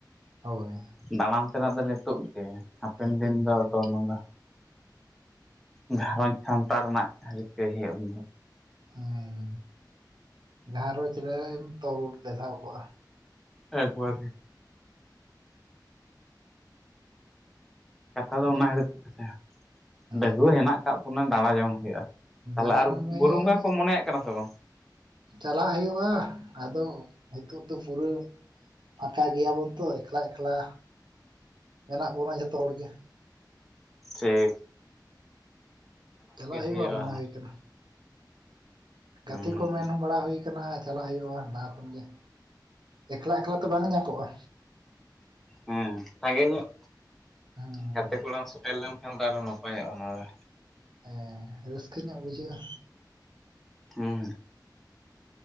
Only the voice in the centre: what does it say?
ᱫᱟᱬᱟᱱ ᱛᱮᱱᱟᱜ ᱫᱚ ᱱᱮᱛᱳᱜ ᱜᱮ, ᱦᱟᱯᱮᱱ
ᱫᱤᱱ ᱫᱚ
ᱟᱫᱚ ᱚᱱᱟ ᱫᱚ ᱜᱷᱟᱸᱨᱚᱡᱽ ᱥᱟᱢᱴᱟᱶ ᱨᱮᱱᱟᱜ ᱨᱤᱠᱟᱹᱭ ᱦᱳᱭᱳᱜᱼᱟ ᱩᱱ ᱫᱚ᱾
ᱮᱠ ᱵᱟᱨᱮ, ᱠᱟᱛᱷᱟ ᱫᱚ ᱚᱱᱟ ᱠᱷᱟᱛᱤᱨ ᱛᱮᱜᱮ ᱛᱚ,
ᱰᱟᱹᱜᱩᱣᱟᱹ ᱦᱮᱱᱟᱜ ᱠᱟᱜ ᱵᱚᱱᱟ, ᱫᱟᱬᱟ ᱡᱚᱝ ᱦᱳᱭᱳᱜᱼᱟ᱾
ᱛᱟᱦᱚᱞᱮ ᱟᱨ
ᱵᱩᱨᱩ ᱵᱚᱸᱜᱟ ᱠᱚᱢ, ᱢᱚᱱᱮᱭᱟᱜ ᱠᱟᱱᱟ ᱥᱮ ᱵᱟᱝ?
ᱴᱷᱤᱠ,
ᱦᱩᱭᱩᱜᱼᱟ
ᱦᱮᱸ
ᱦᱮᱸ, ᱥᱟᱸᱜᱮ ᱧᱚᱜ
ᱜᱟᱛᱮ ᱠᱚᱲᱟᱢ ᱥᱮᱴᱮᱨ ᱞᱮᱱᱠᱷᱟᱱ ᱫᱚ, ᱟᱨᱦᱚᱸ ᱱᱟᱯᱟᱭᱚᱜᱼᱟ ᱚᱱᱟ ᱫᱚ᱾
ᱦᱮᱸ